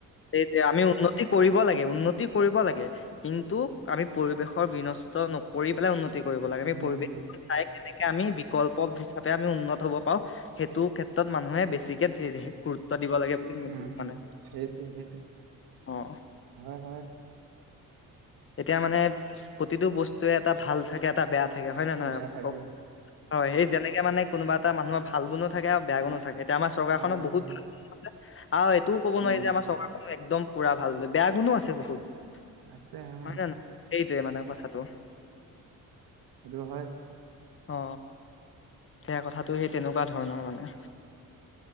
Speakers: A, on the left (about 35°); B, on the right (about 85°).
A: সেইটোয়ে আমি উন্নতি কৰিব লাগে উন্নতি কৰিব লাগে। কিন্তু আমি পৰিৱেশৰ বিনষ্ট নকৰি পেলাই উন্নতি কৰিব লাগে
B: হৈছে
A: আমি পৰিৱেশ চাই কে্ আমি বিকল্প হিচাপে আমি উন্নত হ'ব পাৰো সেইটো ক্ষেত্ৰত মানুহে বেছিকে গুৰুত্ব। দিব লাগে বুলি মই
B: উম
A: ভাবো মানে।
B: উম সেইটোৱে সেইটোৱে
A: অ
B: হয় হয়।
A: এতিয়া মানে প্ৰতিটো বস্তুৱে এটা ভাল থাকে এটা বেয়া। থাকে হয় নে নহয়
B: বেয়া থাকে
A: কওক হয় সেই যেনেকে মানে কোনোবা এটা মানুহৰ ভাল গুণো থাকে আৰু বেয়া গুণো থাকে। এতিয়া আমাৰ চৰকাৰখনক
B: বেয়াগুণ
A: বহুত
B: থাকে
A: আৰু এইটোও ক'ব
B: উম
A: নোৱাৰি যে আমাৰ চৰকাৰখন একদম। পুৰা ভাল বেয়া গুণো আছে বহুত।
B: আছে অ।
A: হয় নে নহয় সেইটোৱে মানে কথাটো।
B: সেইটো হয়।
A: অ সেয়া কথাটো সেই তেনেকোৱা ধৰণৰ মানে।